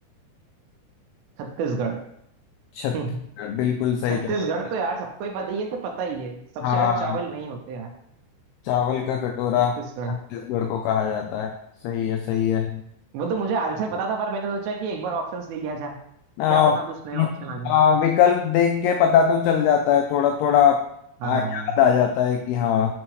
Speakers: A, on the right (about 80°); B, on the left (about 85°).
A: छत्तीसगढ़
B: छत्तीसगढ़
A: हम्म
B: बिल्कुल सही
A: छत्तीसगढ़
B: जवाब
A: तो यार सबको ही पता ये तो पता ही है सबसे
B: हाँ
A: ज्यादा चावल वहीं होते हैं यार
B: चावल का कटोरा
A: छत्तीसगढ़
B: छत्तीसगढ़ को कहा जाता है सही है सही है
A: वो तो मुझे आंसर पता था पर मैंने सोचा कि एक बार ऑप्शंस ले लिया जाए
B: आ,
A: क्या पता कुछ नया ऑप्शन आ जाए
B: आ, विकल्प देख के पता तो चल जाता है थोड़ा थोड़ा
A: हाँ
B: आ, याद आ जाता है कि हाँ